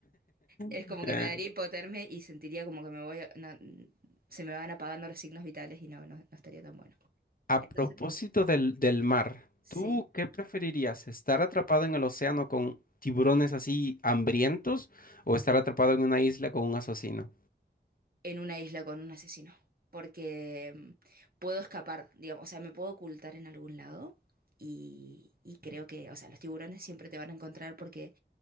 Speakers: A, on the right; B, on the left.
A: Es
B: <laughs>
A: como que me daría hipotermia y sentiría como que me voy, a- no, se me van apagando los signos vitales y no, no, no estaría tan bueno.
B: A
A: Entonces,
B: propósito del, del mar,
A: sí.
B: ¿tú qué preferirías? ¿Estar atrapado en el océano con tiburones así hambrientos o estar atrapado en una isla con un asesino?
A: en una isla con un asesino, porque mm, puedo escapar, digamos, o sea, me puedo ocultar en algún lado y, y creo que, o sea, los tiburones siempre te van a encontrar porque